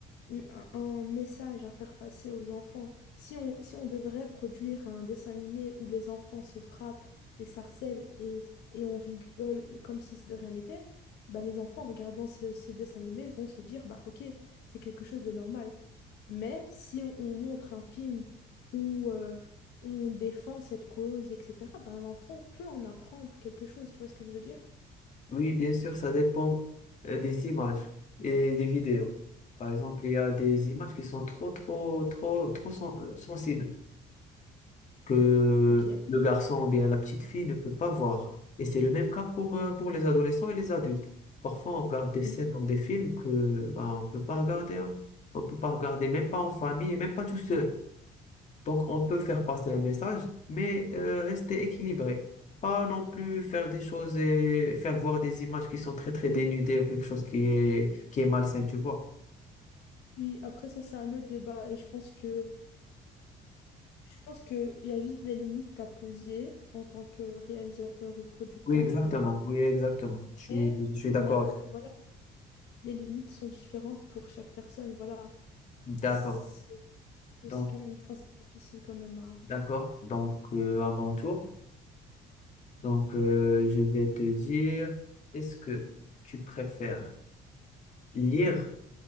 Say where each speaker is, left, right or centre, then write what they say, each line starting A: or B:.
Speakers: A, on the left; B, on the left.
A: une- un- un message à faire passer aux enfants. Si on, si on devrait produire un dessin animé où les enfants se frappent et s'harcèlent et, et on rigole et comme si de rien n'était, bah les enfants en regardant ce, ce dessin animé vont se dire bah ok, c'est quelque chose de normal. Mais si on, on montre un film où euh, on défend cette cause, etc., ben l'enfant peut en apprendre quelque chose, tu vois ce que je veux dire?
B: Oui, bien sûr, ça dépend euh, des images et des vidéos. Par exemple, il y a des images qui sont trop, trop, trop, trop sen- euh, sensibles. que
A: Ok,
B: le garçon ou bien la petite fille ne peut pas voir. Et c'est le même cas pour, euh, pour les adolescents et les adultes. Parfois, on regarde des scènes
A: oui.
B: dans des films que ben, on peut pas regarder. hein. On peut pas regarder, même pas en famille et même pas tout seul. Donc, on peut faire passer un message, mais euh, rester équilibré. Pas non plus faire des choses et faire voir des images qui sont très très dénudées ou quelque chose qui est, qui est malsain, tu vois.
A: Oui, après ça c'est un autre débat et je pense que Je pense qu'il y a juste des limites à poser en tant que réalisateur ou producteur.
B: Oui, exactement.
A: euh,
B: Oui, exactement. Je suis,
A: mais,
B: je suis d'accord.
A: mais après, voilà, les limites sont différentes pour chaque personne. Voilà,
B: D'accord.
A: c'est c'est
B: Donc,
A: aussi quand même, enfin, c'est difficile quand même à.
B: D'accord, donc euh, à mon tour, donc euh, je vais te dire, est-ce que tu préfères lire